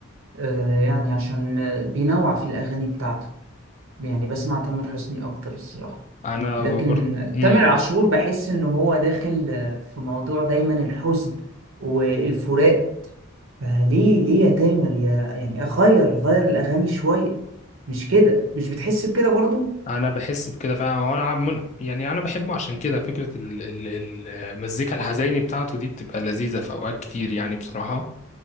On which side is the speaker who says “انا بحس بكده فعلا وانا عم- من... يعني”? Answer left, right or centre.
Left